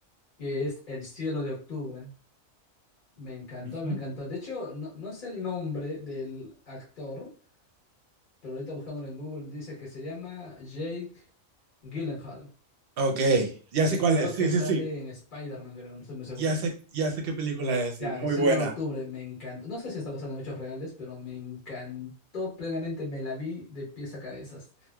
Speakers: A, on the left; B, on the right.
A: que es El cielo de octubre. Me encantó,
B: Ujú.
A: me encantó. De hecho, no, no sé el nombre del actor, pero ahorita buscándolo en Google dice que se llama Jake Gyllenhaal,
B: Ok, ya
A: que
B: sé cuál
A: creo
B: es,
A: que
B: sí,
A: sale
B: sí, sí,
A: en Spider-Man, creo, no estoy muy seguro.
B: ya sé, ya sé qué película es,
A: Ya,
B: y muy
A: decirlo
B: buena.
A: en octubre, me encantó. No sé si está basado en hechos reales, pero me encantó plenamente. Me la vi de pies a cabezas.